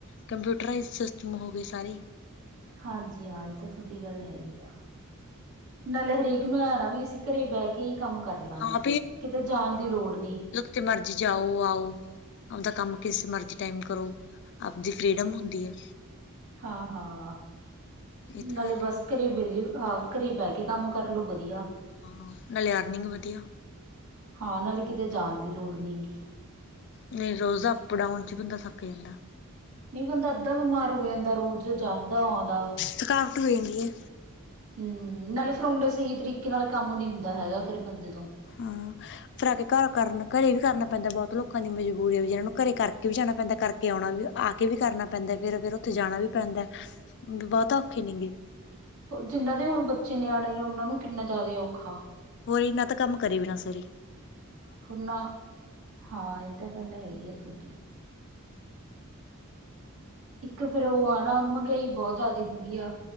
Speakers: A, on the left; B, on the right.
A: ਕੰਪਿਊਟਰ ਰਾਈਜ ਸਿਸਟਮ ਹੋਵੇ ਸਾਰੀ
B: ਹਾਂਜੀ ਹਾਂ ਇਹ ਤਾਂ ਤੁਹਾਡੀ ਗੱਲ ਹੈਗੀ ਆ ਨਾਲੇ ਹਰੇਕ ਮੈਨੂੰ ਐ ਨਾ ਵੀ ਅਸੀਂ ਘਰੇ ਬਹਿ ਕੇ ਹੀ ਕੰਮ ਕਰ ਲਵਾਂਗੇ
A: ਹਾਂ
B: ਕਿਤੇ ਜਾਣ ਦੀ ਲੋੜ ਨਹੀਂ
A: ਤੇ ਮਰਜ਼ੀ ਜਾਓ ਆਓ ਆਪਦਾ ਕੰਮ ਕਿਸ ਮਰਜ਼ੀ ਟਾਈਮ ਕਰੋ ਆਪਦੀ ਫਰੀਡਮ ਹੁੰਦੀ ਹੈ।
B: ਹਾਂ ਹਾਂ
A: ਇਹ ਤਾਂ
B: ਨਾਲੇ
A: ਗੱਲ ਹੈ
B: ਬਸ ਘਰੇ ਵਿਹਲੀ ਹਾਂ ਘਰੇ ਬਹਿ ਕੇ ਕੰਮ ਕਰਲੋ ਵਧੀਆ
A: ਹਾਂ ਨਾਲੇ ਅਰਨਿੰਗ ਵਧੀਆ
B: ਹਾਂ ਨਾਲੇ ਕਿਤੇ ਜਾਣ ਦੀ ਲੋੜ ਨਹੀਂ ਗਈ
A: ਨਹੀਂ ਰੋਜ਼ ਅਪ ਡਾਊਨ ਚ ਬੰਦਾ ਥੱਕ ਜਾਂਦਾ
B: ਨਹੀਂ ਬੰਦਾ ਅੱਧਾ ਬਿਮਾਰ ਹੋ ਜਾਂਦਾ ਰੋਜ਼ ਜਾਂਦਾ ਆਉਂਦਾ
A: ਥਕਾਵਟ ਹੋ ਜਾਂਦੀ ਹੈ।
B: ਹੂ ਨਾਲੇ ਫਿਰ ਉਡੇ ਸਹੀ ਤਰੀਕੇ ਨਾਲ ਕੰਮ ਨੀ ਹੁੰਦਾ ਹੈਗਾ ਫਿਰ ਬੰਦੇ ਤੋਂ
A: ਹਾਂ ਫਿਰ ਆ ਕੇ ਘਰ ਕਰਨ ਘਰੇ ਵੀ ਕਰਨਾ ਪੈਂਦਾ ਬਹੁਤ ਲੋਕਾਂ ਦੀ ਮਜਬੂਰੀ ਹੈ ਵੀ ਜਿਨਾਂ ਨੂੰ ਘਰੇ ਕਰਕੇ ਵੀ ਜਾਣਾ ਪੈਂਦਾ ਕਰਕੇ ਆਉਣਾ ਵੀ ਆ ਵੀ ਕਰਨਾ ਪੈਂਦਾ ਫਿਰ ਫਿਰ ਉੱਥੇ ਜਾਣਾ ਵੀ ਪੈਂਦਾ ਬਹੁਤਾ ਔਖੇ ਨਹੀਂ ਗਏ
B: ਜਿੰਨਾਂ ਦੇ ਹੁਣ ਬੱਚੇ ਨਿਆਣੇ ਨੇ ਉਹਨਾਂ ਨੂੰ ਕਿੰਨਾ ਜ਼ਿਆਦਾ ਔਖਾ
A: ਉਹੀ ਨਾ ਤਾਂ ਕੰਮ ਕਰੇ ਵੀ ਨਾ ਸੋਈ
B: ਹੁਨਾ ਹਾਂ ਇਹ ਤਾਂ ਗੱਲ ਹੈਗੀ ਆ ਤੁਹਾਡੀ ਇੱਕ ਫਿਰ ਉਹ ਆ ਨਾ ਮਹਿੰਗਾਈ ਬਹੁਤ ਜਿਆਦਾ ਹੋ ਰਹੀ ਆ